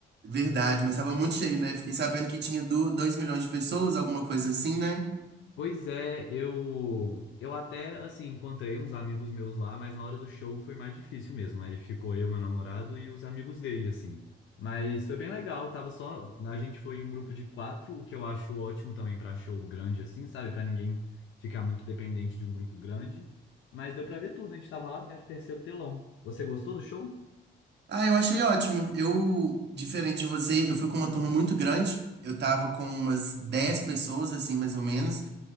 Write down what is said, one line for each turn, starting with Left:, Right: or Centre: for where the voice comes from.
Right: Verdade, mas tava muito cheio, né? Fiquei sabendo que tinha do, 2 milhões de pessoas, alguma coisa assim, né?
Left: Pois é, eu eu até assim encontrei uns amigos meus lá, mas na hora do show foi mais difícil mesmo. Aí ficou eu, meu namorado e os amigos dele assim. Mas foi bem legal, tava só a gente foi em um grupo de quatro, o que eu acho ótimo também pra show grande assim, sabe? Pra ninguém ficar muito dependente de um grupo grande. Mas deu pra ver tudo, a gente tava lá no terceiro telão. Você gostou do show?
Right: Ah, eu achei ótimo. Eu, diferente de você, eu fui com uma turma muito grande. Eu tava com umas 10 pessoas, assim, mais ou menos.